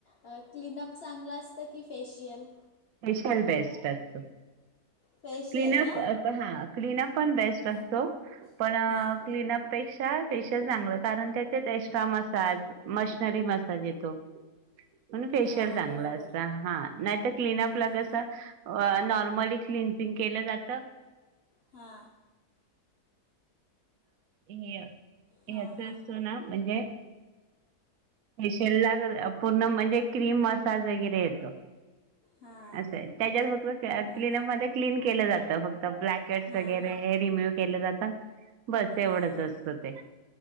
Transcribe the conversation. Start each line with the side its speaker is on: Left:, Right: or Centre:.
Left: अ क्लीनअप चांगलं असतं की फेशियल.
Right: फेशल बेस्ट असतं.
Left: फेशियल
Right: क्लीनप
Left: ना
Right: अ हा क्लीनअप पण बेस्ट
Left: हां
Right: असतो पण
Left: हां
Right: क्लीनअप पेक्षा फेशल चांगलं कारण त्याच्यात एक्स्ट्रा मसाज मशनरी मसाज येतो म्हण फेशियल
Left: हां
Right: चांगलं
Left: बरोबर
Right: असत हा नाही तर क्लिनअप
Left: हां
Right: ला कसं.
Left: हां
Right: अ नॉर्मली क्लिनसिंग केलं जातं.
Left: हा
Right: हे
Left: हां
Right: हेच
Left: हां हां
Right: असतो ना म्हणजे. फेशियल ला पूर्ण म्हणजे क्रीम वगैरे येतो.
Left: हां
Right: असं आहे त्याच्यात फक्त
Left: हां
Right: क्लिनअप मध्ये क्लीन केलं जातं फक्त ब्लॅकेट्स
Left: हां
Right: वगैरे
Left: हां
Right: हे ॲनि मीलस. केलं जात बस
Left: हां
Right: एवढंच असतं ते.